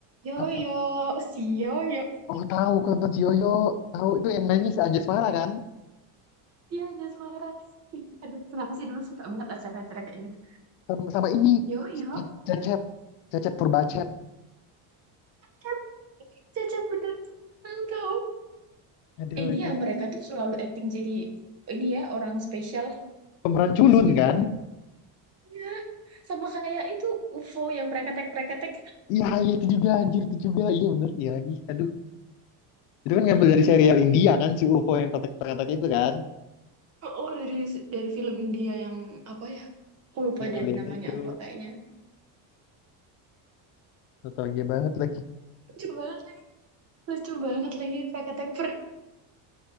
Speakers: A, on the right (about 35°); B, on the left (about 80°).
A: Yoyo,
B: Apa?
A: si Yoyo.
B: Oh tahu aku nonton si Yoyo. Tahu itu yang nyanyi si Anjasmara kan?
A: Iya, Jasmara. Ih, aduh, kenapa sih dulu suka banget acara-acara kayak gitu.
B: Sama, sama ini.
A: Yoyo,
B: Ce- Cecep. Cecep Purbacet.
A: Cep. Cecep bener. Tahu tahu.
B: Aduh
A: Eh, dia
B: itu
A: mereka tuh selalu acting jadi ini ya orang spesial.
B: pemeran culun
A: <laughs>
B: kan?
A: Iya. Sama kayak itu UFO yang preketek-preketek.
B: Iya, iya itu juga anjir, itu juga. Iya bener, iya lagi. Aduh, itu kan ngambil dari serial India kan si UFO yang kotak-kotak itu kan.
A: Oh, dari dari film India yang apa ya? Aku lupa
B: Yang
A: deh
B: alien
A: namanya
B: itu.
A: apa kayaknya.
B: Nostalgia banget lagi.
A: Lucu banget lagi, lucu banget lagi pakai temper.